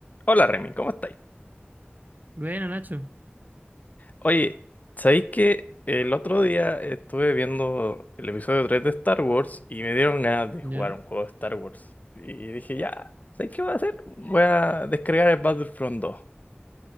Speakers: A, on the left; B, on the right.
A: Hola Remy, ¿cómo estáis?
B: Bueno, Nacho.
A: Oye, ¿sabéis que el otro día estuve viendo el episodio 3 de Star Wars y me dieron ganas de
B: Ya.
A: jugar un juego de Star Wars? Y dije, ya, ¿sabéis qué voy a hacer? Voy a descargar el Battlefront 2.